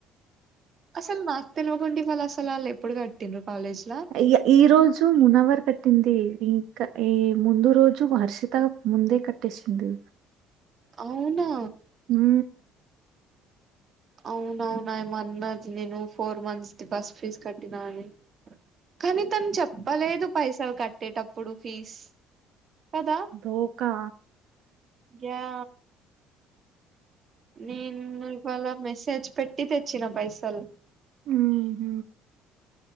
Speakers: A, on the right (about 30°); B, on the right (about 60°).
A: అసలు నాకు తెలవకుండి వాళ్లు అసలు వాళ్లు ఎప్పుడు కట్టిండ్రు కాలేజ్లా
B: ఇగ ఈ రోజు మునవర్ కట్ట కట్టింది ఇంకా ఈ ముందు రోజు హర్షిత ముందే కట్టేసింది
A: అవునా
B: హ్మ
A: అవునవునా ఏమ అన్నది నేను ఫోర్ మంత్స్ కి బస్ ఫీజు కట్టినా అని కానీ తను చెప్పలేదు పైసలు కట్టేటప్పుడు ఫీస్ కదా
B: ధోకా
A: యా నేను ఇవాళ మెసేజ్ పెట్టి తెచ్చిన పైసలు
B: హ్మ్మ్